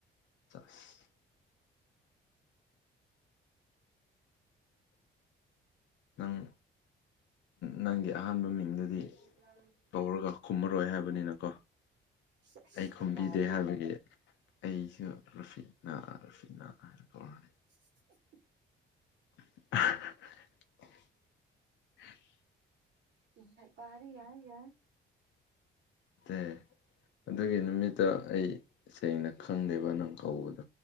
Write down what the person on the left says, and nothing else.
<unintelligible> ꯅꯪ ꯅꯪꯒꯤ ꯑꯍꯥꯟꯕ ꯃꯤꯡꯗꯨꯗꯤ
ꯀꯧꯔꯒ ꯈꯨꯝꯃꯔꯣꯏ ꯍꯥꯏꯕꯅꯤꯅꯀꯣ
ꯑꯩ ꯈꯨꯝꯕꯤꯗꯦ
ꯍꯥꯏꯕꯒꯤ ꯑꯩꯁꯨ ꯔꯨꯐꯤꯠꯅꯥ ꯔꯨꯐꯤꯠꯅꯥ ꯍꯥꯏꯅ ꯀꯧꯔꯅꯤ
<unintelligible>
ꯦ ꯑꯗꯨꯒꯤ ꯅꯨꯃꯤꯠꯇ ꯑꯩ ꯁꯦꯡꯅ ꯈꯪꯗꯦꯕ ꯅꯪ ꯀꯧꯕꯗꯣ